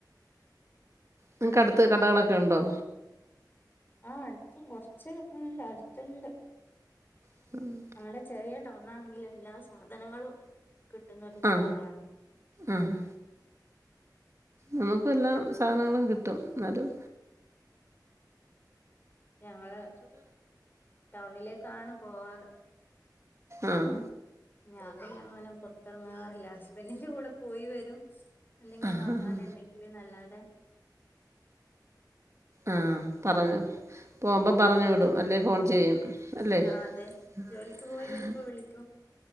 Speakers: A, on the right; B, on the left.
A: നിങ്ങക്ക് അടുത്ത് കടകളൊക്കെയുണ്ടോ?
B: ആഹ് അടുത്ത് കൊറച്ച് ഉണ്ട് അടുത്ത്ണ്ട്
A: ആഹ്
B: ഞങ്ങടെ ചെറിയ ടൗണാണെങ്കിലും എല്ലാ സാധനങ്ങളും കിട്ടുന്നൊരു സ്ഥലാണ്
A: ആ ആഹ് നമുക്കും എല്ലാ സാധനങ്ങളും കിട്ടും ഇന്നാലും
B: പക്ഷേ ഞങ്ങള് ടൗണിലേക്കാണ് പോവാറ്
A: ആഹ്
B: ഞാൻ പിന്നങ്ങനെ പൊറത്തെറങ്ങാറില്ല ഹസ്ബന്റിന്റെ കൂടെ പോയി വരും എന്തെങ്കി
A: ആഹ്
B: വാങ്ങാന്ണ്ടെങ്കില്ന്നല്ലാതെ
A: ആഹ് ആഹ് പറഞ്ഞു പോവുമ്പം പറഞ്ഞു വിടും അല്ലേ ഫോൺ ചെയ്യും അല്ലേ?
B: ആഹ് അതെ
A: ആഹ്
B: ജോലിക്ക്
A: അതെ
B: പോയി വരുമ്പോ വിളിക്കും